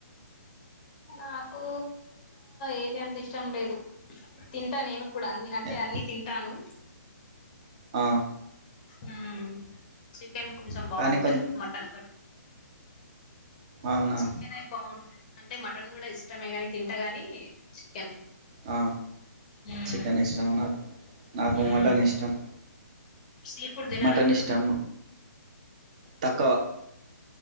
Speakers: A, on the left; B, on the right.
A: నాకు ఏది ఎంత ఇష్టం లేదు తింటా నేను ఇప్పుడు అన్ని అంటే
B: ఎ-
A: అన్ని తింటాను
B: ఆ,
A: ఉం చికెన్ కొంచెం బాగుంటది
B: కానీ కొంచెం
A: మటన్ కంటే
B: అవునా
A: చికెన్ నే బాగుంటది అంటే మటన్ కూడా ఇష్టమే గాని తింటగాని కెన్
B: ఆ,
A: ఉం
B: చికెన్ ఇష్టం నాకు నాకు
A: ఉం
B: మటన్ ఇష్టం
A: సీ ఫుడ్ తినరా
B: మటన్
A: మీరు
B: ఇష్టం తక్కువ